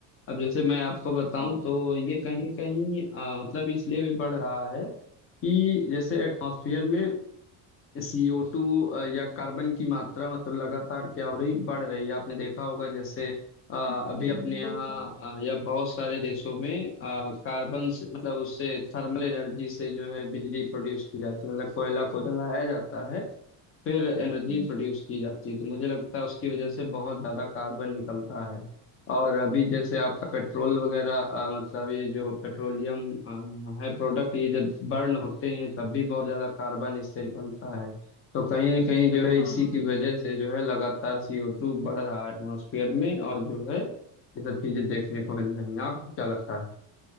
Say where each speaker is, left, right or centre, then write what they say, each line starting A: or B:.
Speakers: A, on the left (about 35°); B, on the left (about 65°).
A: अब जैसे मैं आपको बताऊं
B: हम्म,
A: तो ये कहीं कहीं अ, मतलब इसलिए भी बढ़ रहा है कि जैसे एटमॉस्फेयर में सीओ टू या कार्बन की मात्रा मतलब लगातार क्या हो रही बढ़ रही है आपने देखा होगा जैसे अ,
B: हम्म,
A: अभी अपने यहाँ
B: बिल्कुल
A: अ, या बहुत सारे देशों में कार्बन से मतलब उससे थर्मल एनर्जी से जो है बिजली प्रोड्यूस की जाती है मतलब कोयला को जलाया जाता है फिर एनर्जी
B: हम्म,
A: प्रोड्यूस की जाती है तो मुझे लगता है उसकी वजह से बहुत ज्यादा कार्बन निकलता है और अभी जैसे आपका पेट्रोल वगैरह अ, मतलब ये जो पेट्रोलियम अ, है प्रोडक्ट ये जब बर्न होते हैं तब भी बहुत ज्यादा कार्बन इससे निकलता है तो कहीं ना कहीं जो है
B: हाँ
A: इसी की वजह से जो है लगातार सीओ टू बढ़ रहा है एटमॉस्फेयर में और जो है ये सब चीजें देखने को मिल रही हैं आपको क्या लगता है